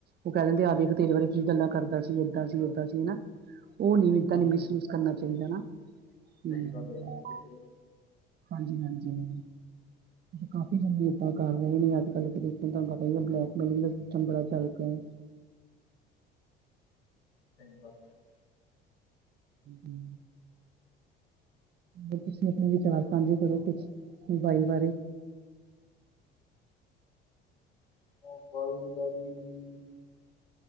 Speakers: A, on the right (about 35°); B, on the left (about 75°).
A: ਉਹ ਕਹਿ ਦਿੰਦੇ, ਆ ਦੇਖ ਤੇਰੇ ਬਾਰੇ ਕੀ ਗੱਲਾਂ ਕਰਦਾ ਸੀ ਏਦਾਂ ਸੀ ਉਦਾਂ ਸੀ। ਹਨਾ, ਉਹ ਨਹੀ ਤੈਨੂੰ
B: ਹਾਂਜੀ
A: ਮਹਿਸੂਸ ਕਰਨਾ ਚਾਹੀਦਾ, ਹਨਾ <unintelligible>
B: ਸਹੀ ਗੱਲ ਹੈ ਜੀ ਬਿਲਕੁਲ
A: ਹਾਂਜੀ-ਹਾਂਜੀ ਹ ਕਾਫੀ ਬੰਦੇ ਇੱਦਾਂ ਕਰ ਰਹੇ ਨੇ ਅੱਜ ਕੱਲ ਦੇਖ ਪਤਾ ਹੀ ਬਲੈਕਮੇਲਿੰਗ ਦਾ ਸਿਸਟਮ ਬੜਾ ਚਲਯਾਂ
B: ਚ <unintelligible>
A: ਹੂੰ ਤੁਸੀਂ ਆਪਨੇ ਵਿਚਾਰ ਸਾਂਝੇ ਕਰੋ ਕੁਛ ਮਹਿੰਗਾਈ ਬਾਰੇ।
B: <unintelligible>